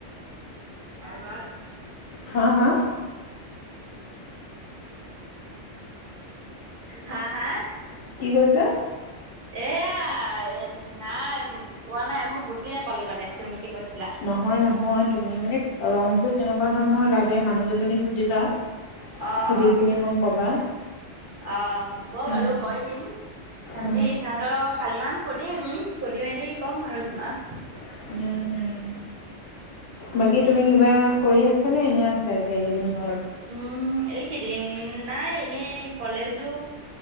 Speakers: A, on the right; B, on the left.
A: ব ত
B: হা হা।
A: হা হা
B: কি কৈছে।
A: এয়া নাই কোৱা নাই, মই বুজি নাপালো মানে তুমি কি কৈছিলা।
B: নহয় নহয় তুমি মানে ৰং কেনেকুৱা ধৰণৰ লাগে মানুহ কেইজনীক সুধিবা সুধি
A: অ', অ'।
B: পিনি মোক কবা।
A: অ হ'ব
B: উম
A: বাৰু কৈ দিম খালি
B: উম
A: সিহঁতক কালি মান সুধিম সুধি মেলি কম আৰু তোমাক।
B: উম উম। বাকী তুমি কিবা কৰি আছা নে এনে আছা এতিয়া এইকেইদিন ঘৰত।
A: উম এইকি দিন নাই এনেই কলেজো